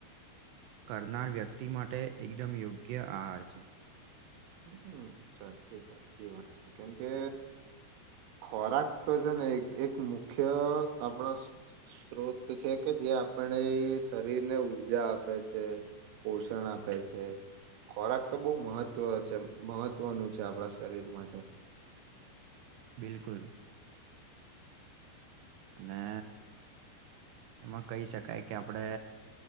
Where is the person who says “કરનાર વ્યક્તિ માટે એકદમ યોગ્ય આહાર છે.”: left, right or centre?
Right